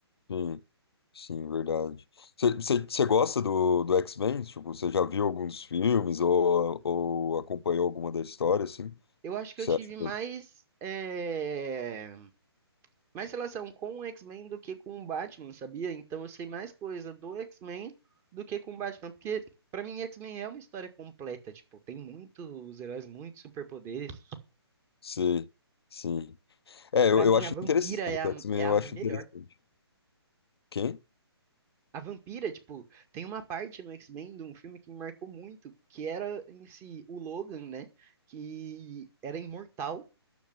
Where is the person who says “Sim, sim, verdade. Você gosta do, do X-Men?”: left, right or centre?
Left